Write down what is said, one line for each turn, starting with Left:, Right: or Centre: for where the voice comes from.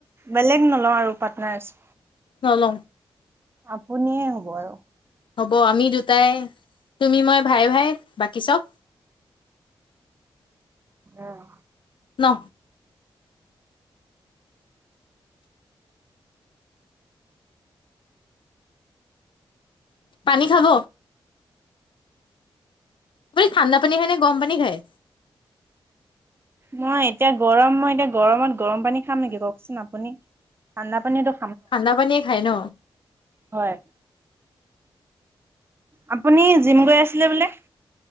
Right: বেলেগ নলওঁ আৰু পাটনাৰচ্
Left: চল
Right: আপুনিয়ে হ'ব আৰু
Left: হ'ব আমি দুটাই তুমি মই ভাই ভাই বাকী চব
Right: অহ
Left: ন পানী খাব আপুনি ঠাণ্ডা পানী খায় নে গৰম পানী খায়
Right: মই এতিয়া গৰম মই এতিয়া গৰমত গৰম পানী খাম নেকি কওকচোন আপুনি ঠাণ্ডা পানীয়েটো
Left: ঠাণ্ডা পানীয়ে খায় ন।
Right: হয় আপুনি জিম গৈ আছিলে বোলে?